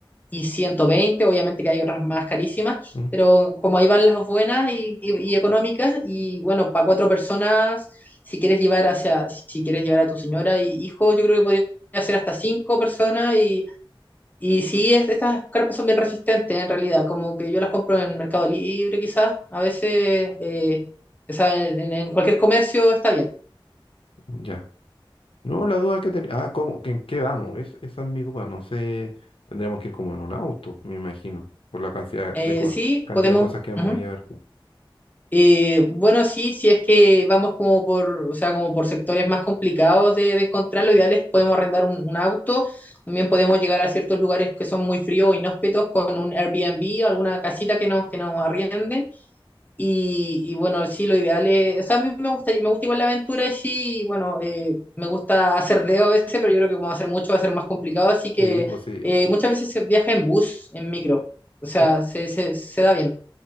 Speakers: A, on the left (about 20°); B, on the left (about 80°).
A: y ciento veinte Obviamente que hay otras más carísimas,
B: Mm,
A: pero como ahí van las buenas y, y- y económicas, y bueno, para cuatro personas, si quieres llevar hacia, si quieres llevar a tu señora y hijo, yo creo que podría ser hasta cinco personas. Y, y sí, es- estas carpas son bien resistentes en realidad, como que yo las compro en Mercado Libre, quizás, a veces, eh, o sea, en en cualquier comercio está bien.
B: Ya. No, la duda que tenía, ah, ¿cómo, que en qué vamos? Es, esa es mi duda, no sé, tendríamos que ir como en un auto, me imagino, por la cantidad
A: Eh,
B: de, cua-
A: sí,
B: cantidad
A: podemos.
B: de cosas que vamos
A: ujú.
B: a llevar.
A: Eh, bueno, sí, si es que vamos como por, o sea, como por sectores más complicados de, de encontrar, lo ideal es podemos arrendar un, un auto, también podemos llegar a ciertos lugares que son muy fríos o inhóspitos con un Airbnb o alguna casita que nos, que nos arriende. Y, y bueno, sí, lo ideal es, o sea, a mí me gusta, me gusta igual la aventura, sí, y bueno, eh, me gusta hacer dedo a veces, pero yo creo que como hacer mucho va a ser más complicado, así que
B: Sí, pues sí.
A: eh, muchas veces se viaja en bus, en micro, o sea,
B: Sí,
A: se, se, se da bien.